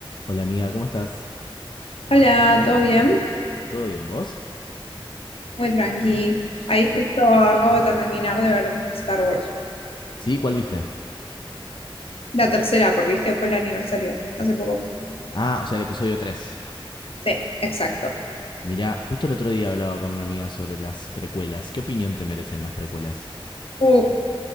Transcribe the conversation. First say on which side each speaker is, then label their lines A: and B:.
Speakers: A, on the left; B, on the left.
A: Hola amiga, ¿cómo estás?
B: Hola, ¿todo bien?
A: ¿Todo bien vos?
B: Muy tranqui.
A: O
B: Ahí
A: sea,
B: justo acabo de terminar de ver Star Wars.
A: ¿Sí? ¿Cuál viste?
B: La tercera, porque viste, fue el aniversario hace poco.
A: Ah, o sea, el episodio 3.
B: Sí, exacto.
A: Mirá, justo el otro día hablaba con una amiga sobre las precuelas. ¿Qué opinión te merecen las precuelas?
B: Uf,